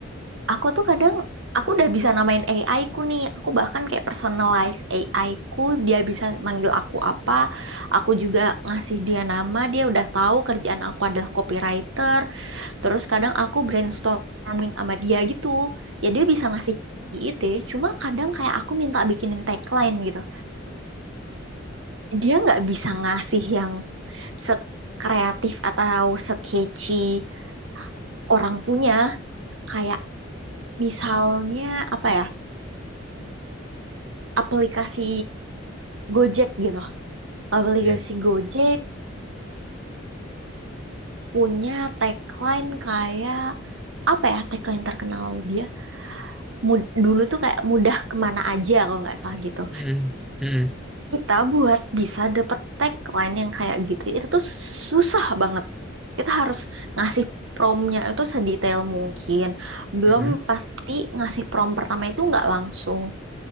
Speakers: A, on the right; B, in the centre.
A: aku tuh kadang aku udah bisa namain AI ku nih. Aku bahkan kayak personalize AI ku, dia bisa manggil aku apa. Aku juga ngasih dia nama, dia udah tahu kerjaan aku adalah copywriter. Terus kadang aku brainstorming sama dia gitu. Ya dia bisa ngasih ide, cuma kadang kayak aku minta bikinin tagline gitu. Dia nggak bisa ngasih yang sekreatif atau sekeci orang punya kayak misalnya apa ya aplikasi Gojek gitu aplikasi
B: Iya.
A: Gojek punya tagline kayak apa ya tagline terkenal dia Mud- dulu tuh kayak mudah kemana aja kalau nggak salah gitu
B: Mm-mm. Mm-mm.
A: kita buat bisa dapet tagline yang kayak gitu itu tuh susah banget kita harus ngasih promnya itu sedetail mungkin belum
B: Mm-mm.
A: pasti ngasih prom pertama itu nggak langsung